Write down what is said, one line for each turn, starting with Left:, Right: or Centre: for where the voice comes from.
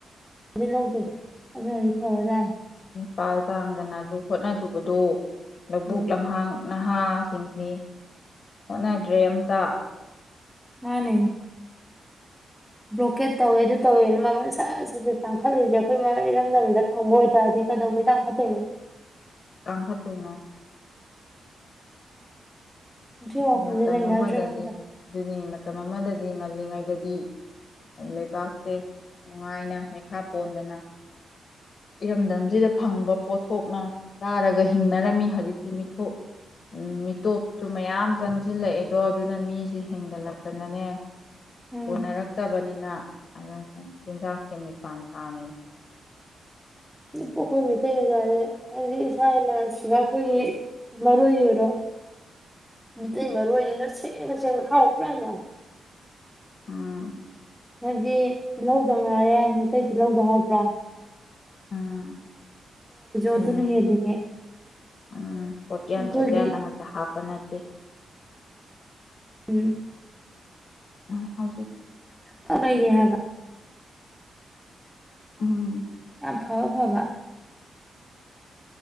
Centre: ꯑꯗꯨꯔꯗꯤ ꯐꯕꯖꯥꯅꯤ
Left: ꯄꯜ ꯇꯥꯡꯗꯅ ꯑꯗꯨ ꯍꯣꯠꯅꯗꯕꯗꯣ ꯂꯧꯕꯨꯛ
Centre: ꯎꯝ
Left: ꯂꯝꯍꯥꯡ ꯅꯍꯥꯁꯤꯡꯁꯤ ꯍꯣꯠꯅꯗ꯭ꯔꯦ ꯑꯃꯝꯇ
Centre: ꯃꯥꯅꯦ ꯕ꯭ꯂꯣꯀꯦꯠ ꯇꯧꯋꯦ ꯑꯗꯨ ꯇꯧꯋꯦꯅ ꯃꯃꯜ ꯁꯠ ꯁꯠ ꯁ ꯇꯥꯡꯈꯠꯂꯤꯁꯦ ꯑꯩꯈꯣꯏ ꯏꯔꯝꯗꯝ ꯈ ꯐꯪꯝꯕꯑꯣꯏ ꯇꯥꯗꯤ ꯀꯗꯧꯒꯤ ꯇꯥꯡꯈꯠ ꯇꯣꯏꯅꯣ
Left: ꯀꯥꯡꯪꯍ ꯇꯣꯏꯅ
Centre: ꯁꯤ
Left: ꯑꯗꯨ
Centre: ꯋꯥꯈꯜꯁꯦ
Left: ꯃꯇꯝ
Centre: ꯂꯩꯅꯗ꯭ꯔꯦꯕ
Left: ꯑꯃꯗꯗꯤ
Centre: ꯑꯝꯇ
Left: ꯑꯗꯨꯅꯤ ꯃꯇꯝ ꯑꯃꯗꯗꯤ ꯉꯜꯂꯤꯉꯩ ꯗꯗꯤ ꯂꯩꯕꯥꯛꯁꯦ ꯅꯨꯡꯉꯥꯏꯅ ꯃꯤꯈꯥ ꯄꯣꯟꯗꯅ ꯏꯔꯝꯗꯝꯁꯤꯗ ꯐꯪꯕ ꯄꯣꯠꯊꯣꯛꯅ ꯇꯥꯔꯒ ꯍꯤꯡꯅꯔꯝꯃꯤ ꯍꯧꯖꯤꯛꯇꯤ ꯃꯤꯊꯣꯞ ꯃꯤꯇꯣꯞꯁꯨ ꯃꯌꯥꯝ ꯆꯪꯁꯤꯜꯂꯛꯑꯦ ꯑꯗꯣ ꯑꯗꯨꯅ ꯃꯤꯁꯦ ꯍꯦꯟꯒꯠꯂꯛꯛꯇꯅꯅꯦ
Centre: ꯎꯝ
Left: ꯀꯣꯟꯅꯔꯛꯇꯕ ꯅꯤꯅ ꯑꯗꯨꯅ ꯆꯤꯟꯖꯥꯛꯁꯦ ꯃꯤꯄꯥꯟ ꯇꯥꯡꯉꯤꯅꯤ
Centre: ꯄ ꯑꯩꯈꯣꯏ ꯃꯤꯇꯩ ꯑꯣꯖꯥꯁꯦ ꯍꯥꯏꯗꯤ ꯏꯁꯥꯅ ꯁꯤꯗ ꯑꯩꯈꯣꯏꯒꯤ ꯃꯔꯣꯏ ꯑꯣꯏꯔꯣ ꯃꯤꯇꯩ ꯃꯔꯣꯏꯁꯤꯅ ꯁꯦꯡꯅ ꯁꯦꯡꯅ ꯍꯥꯎ ꯀ꯭ꯔꯥꯅ
Left: ꯑꯥ
Centre: ꯃꯁꯤ ꯇꯤꯜꯍꯧꯗ ꯉꯥꯏꯔꯦ ꯃꯩꯇꯩ ꯇꯤꯜꯍꯧꯗ ꯍꯕ꯭ꯔꯣ
Left: ꯎꯝ ꯑꯗꯨꯅꯤ
Centre: ꯑꯗꯨꯅ ꯍꯦꯜꯂꯤꯅꯦ
Left: ꯎꯝ ꯄꯣꯠꯌꯥꯟ
Centre: ꯑꯩꯈꯣꯏꯒꯤ
Left: ꯆꯣꯠꯌꯥꯟ ꯑꯃꯠꯇ ꯍꯥꯞꯄ ꯅꯠꯇꯦ ꯑꯣ
Centre: ꯎꯝ
Left: ꯑ ꯍ
Centre: ꯇꯧ ꯂꯩꯔꯤ ꯍꯥꯏꯕ
Left: ꯎꯝ
Centre: ꯐꯥꯎ ꯐꯕ